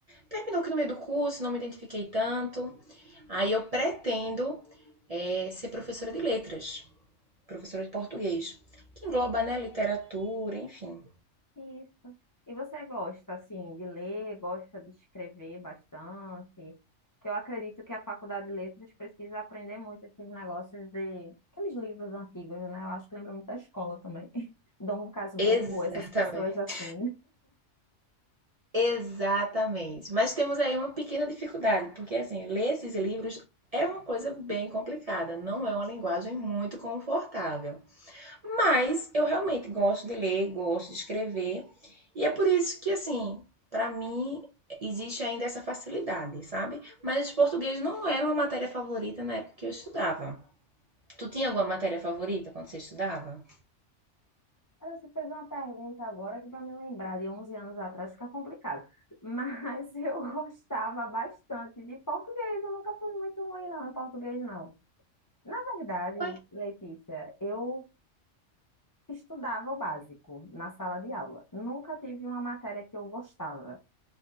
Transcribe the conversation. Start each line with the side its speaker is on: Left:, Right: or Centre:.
Right: Terminou que no meio do curso não me identifiquei tanto. Aí eu pretendo eh, ser professora de letras, professora de português, que engloba, né, literatura, enfim.
Left: Isso. E você gosta, assim, de ler, gosta de escrever bastante? Que eu acredito que a Faculdade de Letras precisa aprender muito esses negócios de... Aqueles livros antigos, né? Eu acho que lembra muito da escola também. <laughs> Dom Casmurro,
Right: Exatamente.
Left: essas pessoas assim.
Right: Exatamente. Mas temos aí uma pequena dificuldade, porque assim, ler esses livros é uma coisa bem complicada, não é uma linguagem muito confortável. Mas eu realmente gosto de ler, gosto de escrever, e é por isso que, assim, para mim existe ainda essa facilidade, sabe? Mas português não era uma matéria favorita na época que eu estudava. Tu tinha alguma matéria favorita quando você estudava?
Left: Ela se fez uma pergunta agora que para me lembrar de 11 anos atrás fica complicado. Mas <laughs> eu gostava bastante de português. Eu nunca fui muito ruim, não, em português, não. Na verdade,
Right: Oi.
Left: Letícia, eu estudava o básico na sala de aula. Nunca tive uma matéria que eu gostava.